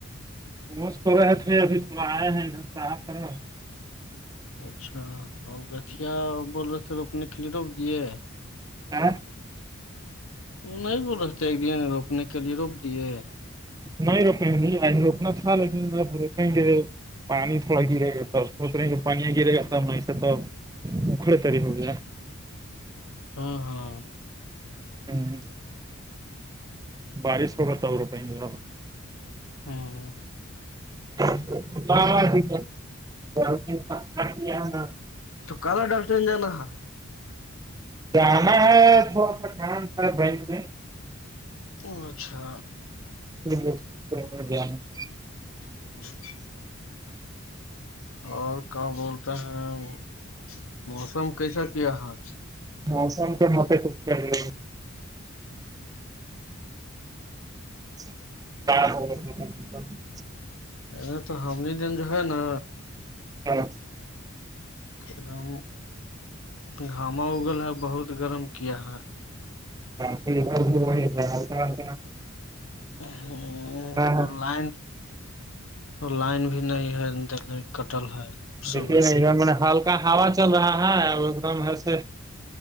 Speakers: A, on the right; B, on the left.
A: وہش تو رہے تھے ابھی تو آئے ہیں اھر صف کرو
B: اچھا اور گٹیا بول رہو تھ روپنے کے لیے روپ دیے
A: ہاں
B: نہیں بول رہ تھ ایک دن روکنے کے لیے روپ دیے
A: نہیں روکیں گ نہیں روکنا چال ہےگ پ گے پانی تھوڑا گرے گا تب سوچ رہے کہ پانییاں گرے گا تب نہیںسے توب اکڑ تری ہوگین
B: ہاں ہاں
A: ہوں بارش کو بتا ہو روپئے ما
B: ہاں
A: <unintelligible>
B: تو کالا ڈالٹر جانا ہےا
A: جانا ہے تھوڑا سا ان تھا بینک میں
B: ا اچھا
A: <unintelligible>
B: ہاں اور کیا بولتے ہیں موسم کیسا کیاا ہے
A: موسم تو متے خوش لگے <unintelligible>
B: ا تو ہم دن جو ہے نا
A: ہاں
B: ایک دم گھاما اگل ہے بہت گرم کیا ہے
A: ن
B: ہ وہ
A: ہے
B: لائن لائن بھی نہیں ہے کٹل ہے صبح
A: دیکھیے ن
B: سے
A: ایک دم ہلکا ہوا چل رہا ہے ا ایک دمسے